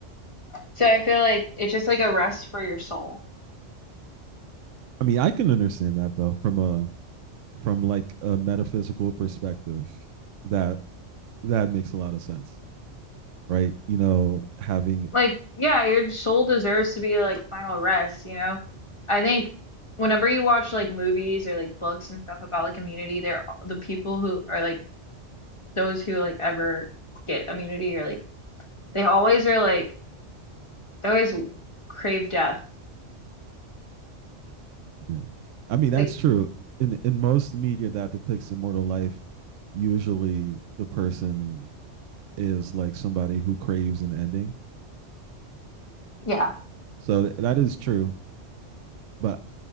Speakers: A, on the left (about 25°); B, on the right (about 85°).
A: So I feel like it's just like a rest for your soul.
B: I mean, I can understand that though from a from like a metaphysical perspective that that makes a lot of sense right you know having
A: like yeah your soul deserves to be like final rest you know i think whenever you watch like movies or like books and stuff about like immunity they're the people who are like those who like ever get immunity or like they always are like they always crave death
B: yeah i mean that's
A: like
B: true in in most media that depicts immortal life usually the person is like somebody who craves an ending
A: yeah
B: so th- that is true but